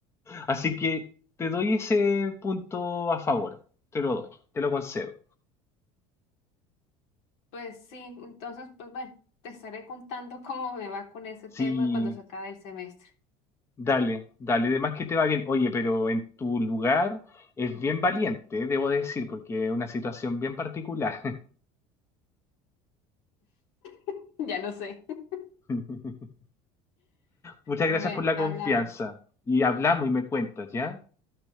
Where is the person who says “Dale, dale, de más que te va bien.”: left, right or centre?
Left